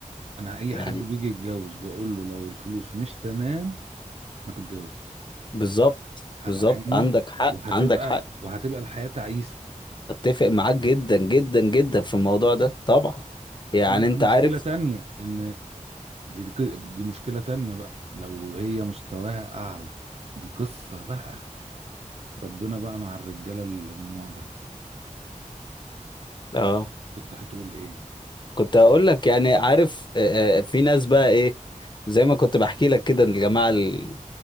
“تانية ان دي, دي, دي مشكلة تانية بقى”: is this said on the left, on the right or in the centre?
Right